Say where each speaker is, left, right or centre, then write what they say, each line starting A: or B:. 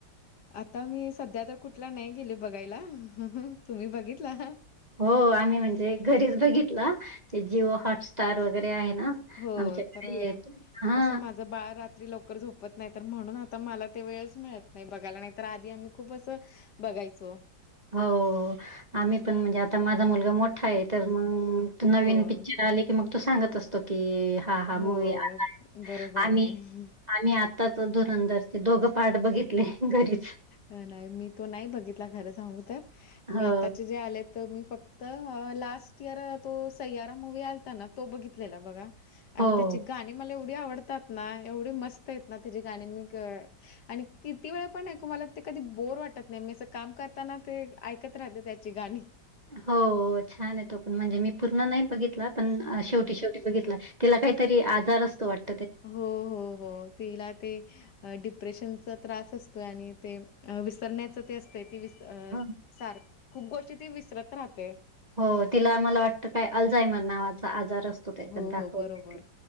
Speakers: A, on the left (about 60°); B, on the right (about 30°).
A: आता मी सध्या तर कुठला नाही गेले बघायला तुम्ही बघितला.
B: हो आम्ही म्हणजे घरीच बघितला ते जिओ हॉटस्टार वगैरे आहे ना.
A: हो
B: आमच्याकडे
A: तर
B: हा
A: कस माझ बाळ. लवकर झोपत नाही तर म्हणून आता मला ते वेळच मिळत नाही बघायला नाही तर आधी आम्ही खूप असं. बघायचो.
B: हो आम्ही पण म्हणजे आता माझा मुलगा मोठा आहे तर मग नवीन
A: हो,
B: पिक्चर आले की मग तो सांगत असतो की हा हा
A: हो,
B: मूवी आा आहे
A: बरोबर
B: आणि
A: आहे.
B: आम्ही आत्ताच धुरंधरचे दोघं पाठ बघितले घरीचे
A: नाही मी तो नाही बघितला खरं सांगू तर मी
B: हो
A: आताचे जे आले. तर मी फक्त लास्ट इयर तो सय्याारा मुूवी् आलता ना तो बघितलेला बघा. आणि
B: हो
A: त्याचे गाणी मला एवढी आवडतात ना एवढी मस्त आहेत ना त्याची गाणी मी आणि किती वेळ? पण ऐकू मला ते कधी बोर वाटत नाही मी अस काम करताना ते ऐकत राहते त्याची गाणी
B: हो छान आहे तो पण म्हणजे मी पूर्ण नाही बघितला पण शेवटी
A: हं.
B: शेवटी बित त्याला काहीतरी आजार असतो वाट
A: हो हो हो तिला ते डिप्रेशनचा त्रास असतोय आणि ते विसरण्याच ते असतंय ती विस
B: हं.
A: सारख खूप गोष्टी ती विसरत राहते
B: हो तिला मला वाटतं काय अलझायमर नावाचा आजार असतो त्याच्यात
A: हो,
B: दाखवते
A: हो. बरोबर.